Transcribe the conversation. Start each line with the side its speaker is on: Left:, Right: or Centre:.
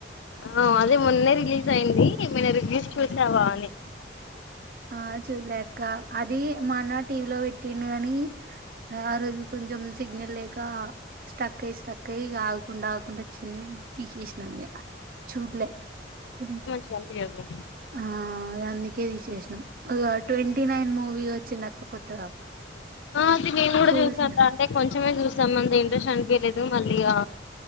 Left: ఆ అదే మొన్నే రిలీజ్ అయింది ఏమైనా రివ్యూస్ చూసావా అని
Right: ఆ చూళ్లే అక్క అది మా అన్న టీవీలో పెట్టిండు కని ఆరోజు కొంచెం సిగ్నల్ లేక స్టక్ అయి స్టక్ అయ్య ఆగకుండా ఆకుండా వచ్చింది తీసేసినామిగ చూడలే కొ
Left: కనిపియ్యకు
Right: ఆ అందుకే తీసేసినం ఇగ ట్వంటీ నైన్ మూవీ వచ్చిందక్క కొత్తగా
Left: ఆ అది నేను కూడా
Right: చూసిన
Left: చూసాన్ర అంటే కొంచెమే చూసాం మంది ఇంట్రెస్ట్ అనిపిలేదు మళ్ళీగా